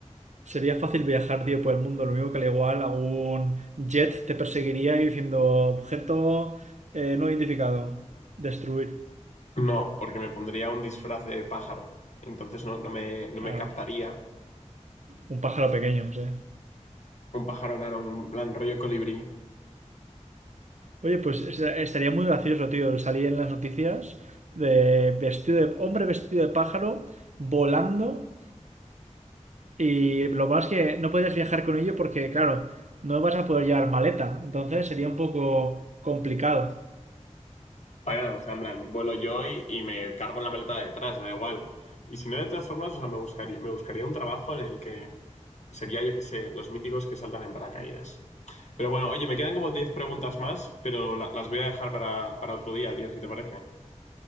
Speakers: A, on the right; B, on the left.
A: Sería fácil viajar, tío, por el mundo. Lo mismo que al igual algún jet te perseguiría y diciendo objeto eh, no identificado. Destruir.
B: No, porque me pondría un disfraz de pájaro. Entonces no, no me, no
A: Claro.
B: me captaría
A: Un pájaro pequeño, sí.
B: un pájaro enano, un plan rollo colibrí.
A: Oye, pues es- estaría muy gracioso, tío, salir en las noticias de vestido de hombre vestido de pájaro volando y lo más que no puedes viajar con ello porque, claro, no vas a poder llevar maleta. Entonces sería un poco complicado.
B: Vaya, o sea, en plan, vuelo yo y, y me cargo en la maleta de detrás, da igual. Y si no, de todas formas, o sea, me buscaría, me buscaría un trabajo en el que sería, yo qué sé, los míticos que saltan en paracaídas. Pero bueno, oye, me quedan como 10 preguntas más, pero la- las voy a dejar para, para otro día, tío, si te parece.